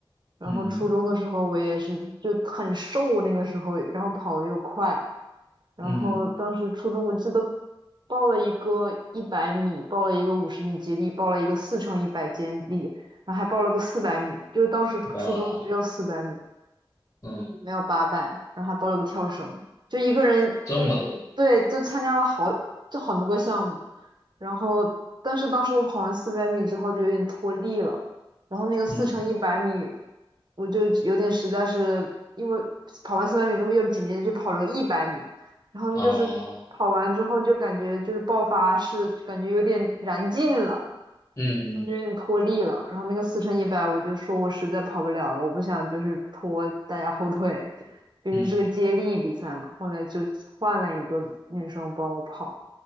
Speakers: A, on the right; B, on the left.
A: 然后初中的时候我也是就很瘦那个时候，
B: 嗯
A: 然后跑的又快。然后当时初中我记得
B: 嗯，
A: 报了一个一百米，报了一个五十米接力，报了一个四乘一百接力，然后还报了个四百米，就是当时初中只有四百米，
B: 哇，嗯，
A: 没有八百，然后还报了个跳绳，就一个人就
B: 这么多，
A: 对，就参加了好就很多个项目，然后但是当时我跑完四百米之后就有点脱力了，然后那个四乘一百米，
B: 嗯，
A: 我就有点实在是因为跑完四百米之后又紧接着去跑了个一百米，然后就是跑完之后就感觉就是爆发是感觉有点燃尽了，
B: 哦，嗯嗯
A: 就有点脱力了。然后那个四乘一百，我就说我实在跑不了了，我不想就是拖大家后腿，毕竟是个接力比赛嘛。
B: 嗯，
A: 后来就换了一个女生帮我跑，